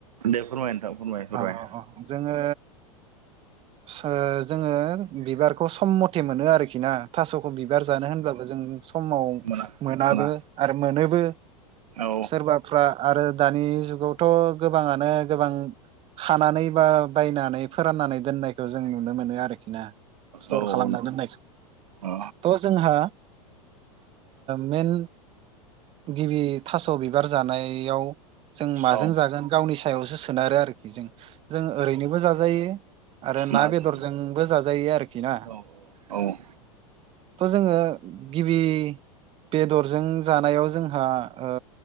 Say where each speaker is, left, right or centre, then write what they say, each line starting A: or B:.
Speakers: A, on the right; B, on the right.
A: दे फोरमाय नोंथां फोरमाय फोरमाय
B: औ औ जोङो सो जोङो बिबारखौ सम मथे मोनो आरोखि ना थास'खौ बिबार जानो होनब्लाबो जों समाव
A: मोना
B: मोनाबो
A: मोना
B: आरो मोनोबो
A: औ
B: सोरबाफ्रा आरो दानि जुगावथ' गोबाङानो गोबां खानानै बा बायनानै फोराननानै दोननायखौ जों नुनो मोनो आरोखि नो स्टर
A: औ
B: खालामना
A: नोंथां
B: दोनो
A: औ
B: थ' जोंहा मेन गिबि थास' बिबार जानायाव जों माजों
A: औ
B: जागोन गावनि सायावसो सोनारो आरोखि जों जों ओरैनोबो जाजायो आरो ना
A: नाजोंबो
B: बेदरजोंबो जाजायो आरोखि ना
A: औ औ
B: थ' जोङो गिबि बेदरजों जानायाव जोंहा ओ